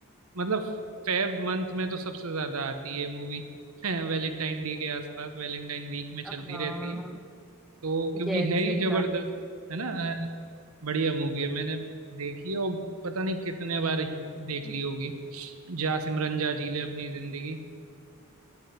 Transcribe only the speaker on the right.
मतलब फेब मंथ में तो सबसे ज्यादा आती है मूवी <laughs> वैलेंटाइन डे के आसपास वैलेंटाइन वीक में चलती
रहती है तो क्योंकि
है ही
जबरदस्त है ना बढ़िया मूवी है मैंने देखी है और पता नहीं कितने बार देख
ली होगी जा सिमरन जा जी ले अपनी जिंदगी